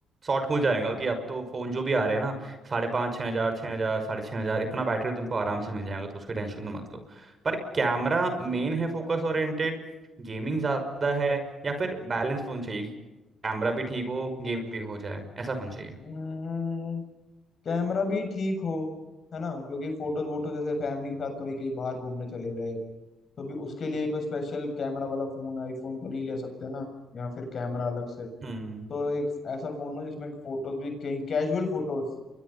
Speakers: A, on the right; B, on the left.
A: शॉर्ट हो जाएगा क्योंकि अब तो फ़ोन जो भी आ रहे हैं ना साढ़े पाँच छः हज़ार छः हज़ार साढ़े छः हज़ार इतना बैटरी तुमको आराम से मिल जाएगा तो उसकी टेंशन तो मत लो पर कैमरा मेन है फोकस ओरिएंटेड गेमिंग ज़्यादा है या फिर बैलेंस फ़ोन चाहिए कैमरा भी ठीक हो गेम भी हो जाए ऐसा फ़ोन चाहिए
B: हम्म कैमरा भी ठीक हो है ना क्योंकि फोटोज वोटो जैसे फैमिली के साथ कभी कहीं बाहर घूमने चले गए तो भी उसके लिए कोई स्पेशल कैमरा वाला फोन आईफोन तो नहीं ले सकते ना या फिर कैमरा अलग से
A: हम्म
B: तो एक ऐसा फोन हो जिसमें फोटोज भी कहीं कैजुअल फोटोज